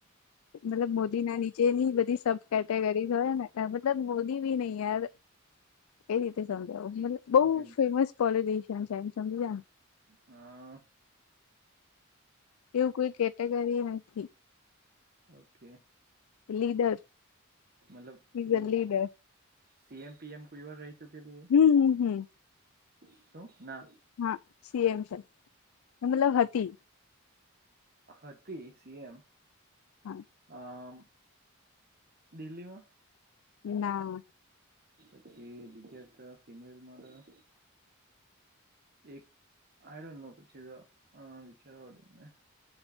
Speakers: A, on the left; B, on the right.
A: મતલબ મોદી ના નીચેની બધી સબ કેટેગરી હોય ને મતલબ મોદી બી નહી યાર એ રીતે સમજાવું બહ
B: ઓકે
A: ફેમસ પોલી એમ છેસજી જાવાજ નુ
B: હ
A: એવું કોઈ કેટેગરી નથી.
B: ઓકે
A: લીડર
B: મતલબ
A: ઇઝ અ લીડર
B: સીએમ પીએમ કોઈ વા રહી શુકેલી
A: હમ હમ હમ
B: શું? ના
A: હા સી એમ છે મતલબ હતી.
B: હતી સી એમ
A: હા
B: આ દિલ્હીમાં
A: ના
B: પછી બીજા ફિમેલ મારા એક આડો નોપછી વિચારવા મને